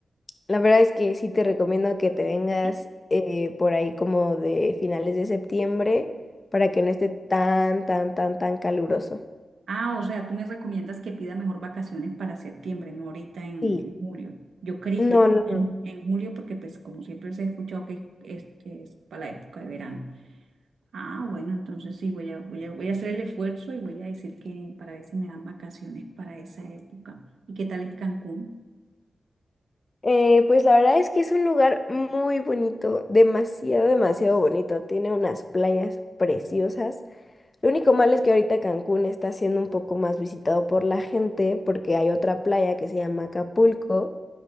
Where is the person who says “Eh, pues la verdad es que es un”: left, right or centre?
Left